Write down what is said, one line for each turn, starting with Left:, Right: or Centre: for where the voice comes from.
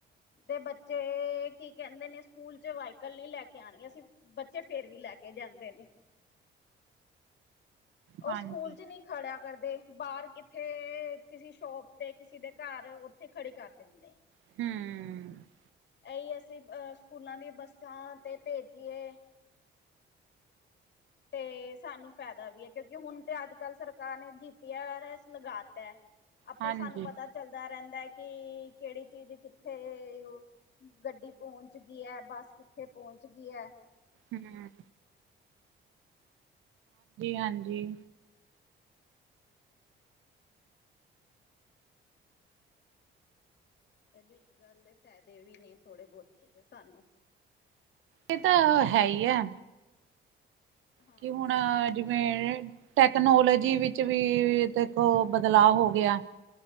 Left: ਦੇ ਬੱਚੇ ਕੀ ਕੈਂਦੇ ਨੇ ਸਕੂਲ ਚ ਵਾਈਕਲ ਨਈਂ ਲੈ ਕੇ ਆਣੀਆਂ। ਅਸੀਂ ਬੱਚੇ ਫੇਰ ਵੀ ਲੈ ਕੇ ਜਾਂਦੇ ਨੇ। ਓ
Right: ਹਾਂਜੀ
Left: ਸਕੂਲ ਚ ਨੀਂ ਖੜ੍ਹਿਆ ਕਰਦੇ, ਬਾਰ ਕਿੱਥੇ, ਕਿਸੇ ਸ਼ੋਪ ਤੇ ਕਿਸੇ ਦੇ ਘਰ ਓਥੇ ਖੜੀ ਕਰਦੇ। ਦਿੰਨੇ।
Right: ਹਂ।
Left: ਏਈ ਅਸੀਂ ਅ ਸਕੂਲਾਂ ਦੀ ਬੱਸਾਂ ਤੇ ਭੇਜੀਏ। ਤੇ ਸਾਨੂੰ ਫੈਦਾ ਵੀ ਐ ਕਿਉਂਕਿ ਹੁਣ ਤੇ ਅੱਜ-ਕਲ ਸਰਕਾਰ ਨੇ ਜੀ ਪੀ ਆਰ ਐੱਸ ਲਗਾਤਾ। ਆਪਾਂ
Right: ਹਾਂਜੀ
Left: ਸਾਨੂੰ ਪਤਾ ਚੱਲਦਾ ਰੈਂਦਾ ਐ ਕਿ ਕੇੜੀ ਚੀਜ਼ ਕਿੱਥੇ ਓ ਗੱਡੀ ਪੋਂਹਚ ਗਈ ਐ, ਬੱਸ ਕਿੱਥੇ ਪੋਂਚ ਗੀ ਐ।
Right: ਹਂ। ਹਾਂਜੀ-ਹਾਂਜੀ।
Left: ਇਹਦੇ ਇਸ ਗੱਲ ਦੇ ਫਾਇਦੇ ਵੀ ਨੇਂ ਥੋੜੇ ਬੋਤੇ ਤੇ ਸਾਨੂੰ
Right: ਏ ਤਾਂ ਹੈ ਈ ਐ।
Left: ਹਾਂ
Right: ਕਿ ਹੁਣ ਆ ਜਿਵੇਂ ਟੈਕਨੋਲੋਜੀ ਵਿੱਚ ਵੀ ਦੇਖੋ ਬਦਲਾਅ ਹੋ ਗਿਆ।